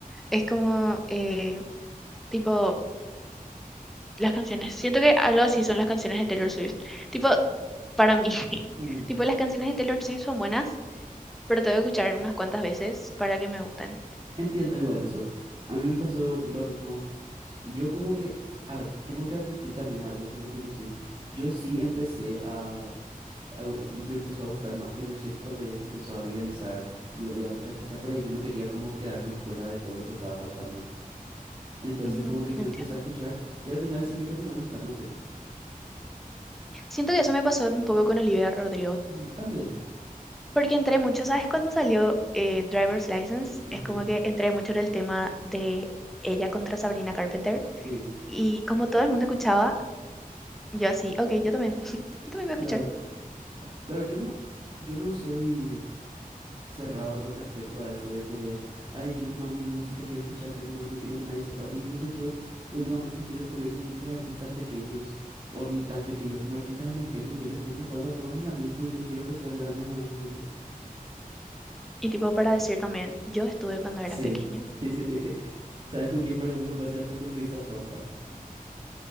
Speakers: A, in the centre; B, on the right (about 35°).
A: Es como, eh, tipo, las canciones. Siento que algo así son las canciones de Taylor Swift. Tipo, para mí. <laughs>
B: Mm,
A: Tipo, las canciones de Taylor Swift son buenas, pero tengo que escuchar unas cuantas veces para que me gusten.
B: Entiendo igual eso. A mí me pasó lo mismo. Yo como que, a ver, tengo que admitir también algo sobre Taylor Swift. Yo sí empecé a algo que me empezó a gustar más Taylor Swift cuando ella se empezó a viralizar y yo veía muchas cosas por ahí. Yo no quería como quedarme fuera de todo lo que estaba pasando. Entonces
A: Ujú,
B: como que yo
A: entiendo.
B: empecé a escuchar y al final sí me terminó gustando, en serio.
A: Siento que eso me pasó un poco con Olivia Rodrigo,
B: Mm, También.
A: porque entré mucho, ¿sabes? Cuando salió eh, Driver's License,
B: Ajá.
A: es como que entré mucho en el tema de ella contra Sabrina Carpenter,
B: Sí,
A: y como todo el mundo escuchaba, yo así, ok, yo también, <laughs> yo también voy a escuchar.
B: claro. Claro, yo no, yo no soy... cerrado con respecto a eso de que, ay, yo nomás mi música quiero escuchar, yo nomás no quiero que nadie sepa. Incluso yo últimamente estoy descubriendo muchos artistas pequeños o ni tan pequeños como artistas emergentes y yo les estoy mostrando a todos mis amigos porque yo quiero que sean grandes en algún momento.
A: Y tipo, para decir también, yo estuve cuando
B: Sí,
A: era pequeño.
B: sí, sí, sí, sí. ¿Sabes con quién, por ejemplo, me pasa esto con Luisa Sonza?